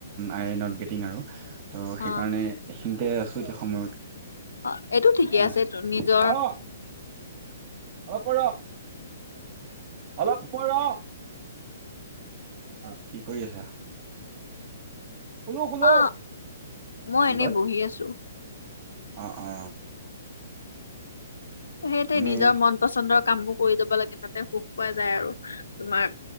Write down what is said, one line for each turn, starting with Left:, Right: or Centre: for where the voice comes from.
Right: I a not getting আৰু। ত
Left: অ',
Right: সেইকাৰণে, এইখিনিতে আছো এতিয়া সময়
Left: অ', এইটো ঠিকে
Right: আছো।
Left: আছে এইটো নিজৰ
Right: অ অঁ পৰ অলপ পৰ ৰ। অ কি কৰি আছা? শুলো শুলো
Left: অ, মই
Right: কি
Left: এনেই
Right: কয়?
Left: বহি আছো।
Right: অ অ।
Left: সেইটোৱে
Right: এনেই
Left: নিজৰ মন পচন্দৰ কামবোৰ কৰি যাব লাগে তাতে সুখ পোৱা যায় আৰু তোমাৰ